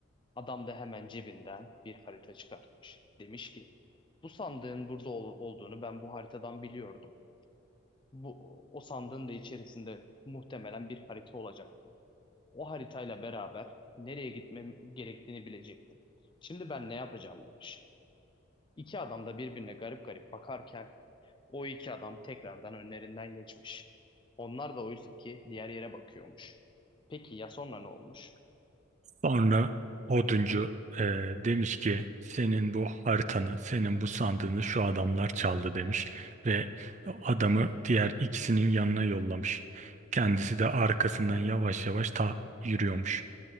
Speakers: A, on the left (about 25°); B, on the right (about 35°).
A: Adam da hemen cebinden bir harita çıkartmış. Demiş ki bu sandığın burada ol- olduğunu ben bu haritadan biliyordum. Bu, o sandığın da içerisinde muhtemelen bir harita olacaktı. O haritayla beraber nereye gitmem gerektiğini bilecektim. Şimdi ben ne yapacağım demiş. İki adam da birbirine garip garip bakarken o iki adam tekrardan önlerinden geçmiş. Onlar da oysa ki diğer yere bakıyormuş. Peki ya sonra ne olmuş?
B: Sonra oduncu e, demiş ki senin bu haritanı, senin bu sandığını şu adamlar çaldı demiş ve adamı diğer ikisinin yanına yollamış. Kendisi de arkasından yavaş yavaş ta yürüyormuş.